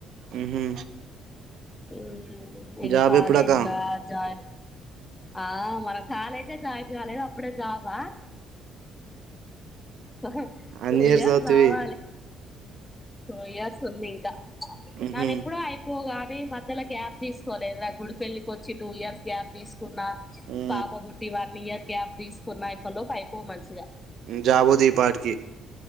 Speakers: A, on the right; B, on the left.
A: ఉహు
B: ఉహు ఇక
A: జాబ్
B: కాలేజ్లా
A: ఎప్పుడకా
B: జా ఆ మనం కాలేజే జాయిన్ కాలేదు అప్పుడే జాబా ఆహా
A: అన్ని
B: టుఇయార్స్
A: ఇయర్స్ చదువుతివి
B: కావాలి టుఇయర్స్ ఉంది ఇంకా
A: ఉహు
B: నాది ఎప్పుడో ఆయిపో అ మధ్యలో గ్యాప్ తీసుకోలేదా గుడిపళ్లికి వచ్చి టూ ఇయర్స్ గ్యాప్ తీసుకో కున్నా
A: ఉ
B: పాప బుట్టి వన్ ఇయర్ గ్యాప్ తీసుకున్నా ఇక్క లోపు అయిపోవు మంచిగా
A: జాబు దీపాటికి